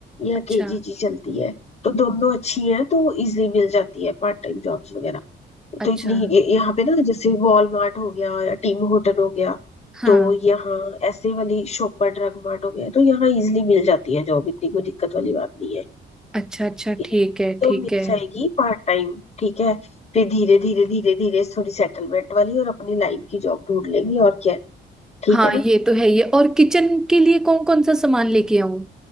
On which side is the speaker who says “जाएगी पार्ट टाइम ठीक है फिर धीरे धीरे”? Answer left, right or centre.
Left